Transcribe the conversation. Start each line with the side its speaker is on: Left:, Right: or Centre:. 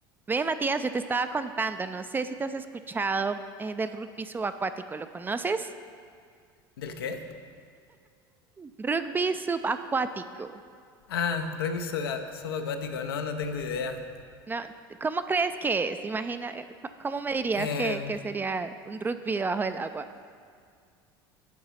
Right: Ve, Matías, yo te estaba contando, no sé si te has escuchado eh, del rugby subacuático, ¿lo conoces?
Left: ¿Del qué?
Right: Rugby subacuático,
Left: Ah, rugby suba- subacuático, no, no tengo idea.
Right: ¿no? ¿Cómo crees que es? Imagina, eh, c- ¿cómo me dirías
Left: Eh,
Right: que, que sería un rugby debajo del agua?